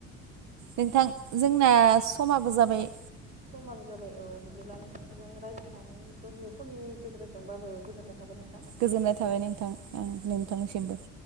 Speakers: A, on the right; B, on the right.
A: नोंथां जोंना समाबो जाबाय।
B: समाबो जाबाय औ बिदिब्ला नोंथांजों रायज्लायनानै दसे समनि गेजेरजोंबाबो गोजोननाय थाबाय नों
A: गोजोननाय थाबाय नोंथां। ओं नोंथांनि सिमबो।